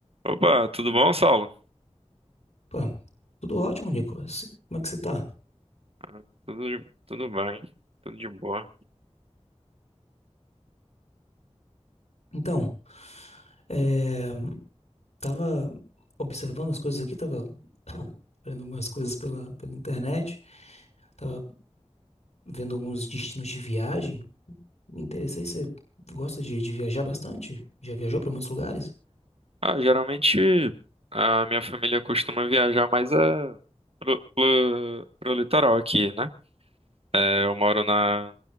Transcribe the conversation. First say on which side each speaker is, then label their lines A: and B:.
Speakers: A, on the right (about 55°); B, on the left (about 70°).
A: Opa, tudo bom, Saulo?
B: Pô, tudo ótimo, Nicolas. Como é que você tá?
A: Ah, Tudo, tudo bem, tudo de boa.
B: Então, é, tava observando as coisas aqui, tava <coughs> vendo algumas coisas pela, pela internet, tava vendo alguns destinos de viagem. Me interessei, você gosta de, de viajar bastante? Já viajou pra muitos lugares?
A: Ah, geralmente a minha família costuma viajar mais a, pro, pro, pro litoral aqui, né? É, Eu moro na,